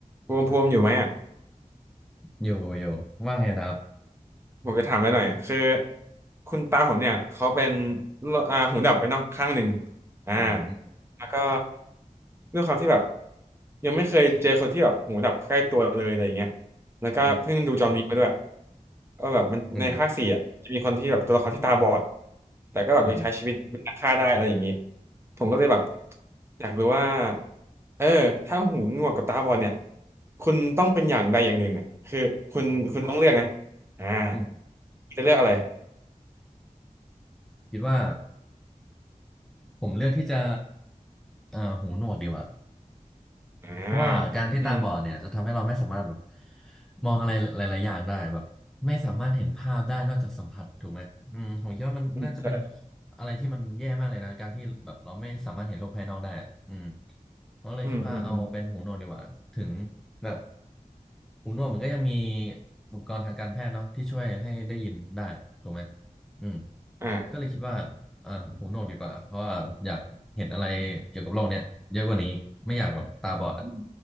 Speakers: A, on the right (about 20°); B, in the centre.
A: ภูมิภูมิอยู่ไหมอ่ะ
B: อยู่อยู่ว่าไงดับ
A: ผมจะถามไปหน่อยคือคุณตาผมเนี่ยเขาเป็นโรอ่าหูดับไปเนาะข้างหนึ่งอ่า
B: อืม
A: แล้วก็ด้วยความที่แบบยังไม่เคยเจอคนที่แบบหูดับใกล้ตัวเลยอะไรอย่างเงี้ยแล้วก็เพิ่งดูจอห์นวิกมาด้วย
B: อืม
A: ก็แบบมันในภาคสี่อ่ะจะมีคนที่แบบตัวละครที่ตาบอด
B: อืม
A: แต่ก็แบบยังใช้ชีวิตเป็นนักฆ่าได้อะไรอย่างงี้
B: อืม
A: ผมก็เลยแบบอยากรู้ว่าเออถ้าหูหนวกกับตาบอดเนี่ยคุณต้องเป็นอย่างใดอย่างหนึ่งเนี่ยคือคุณคุณต้องเลือกนะ อ่า
B: อืม
A: จะเลือกอะไร
B: คิดว่าผมเลือกที่จะอ่าหูหนวกดีกว่า
A: อ่า
B: เพราะว่าการที่ตาบอดเนี่ยจะทำให้เราไม่สามารถแบบ
A: อืม
B: มองอะไรหลายๆอย่างได้แบบไม่สามารถเห็นภาพได้นอกจากสัมผัสถูกไหมอืมผมคิดว่ามันน่าจะเป็น
A: อืมใช่
B: อะไรที่มันแย่มากเลยนะการที่แบบเราไม่สามารถเห็นโลกภายนอกได้อะอืมผมก็เลยคิดว่าเอาเป็นหูหนวกดีกว่าถึง
A: อืมอืมอืม
B: แบบหูหนวกมันก็ยังมีอุปกรณ์ทางการแพทย์เนาะที่ช่วยให้ได้ยินได้ถูกไหมอืม
A: อ่า
B: ก็เลยคิดว่าอ่าหูหนวกดีกว่าเพราะว่าอยากเห็นอะไรเกี่ยวกับโลกเนี้ยเยอะกว่านี้ไม่อยากแบบตาบอดอ่ะ
A: อืม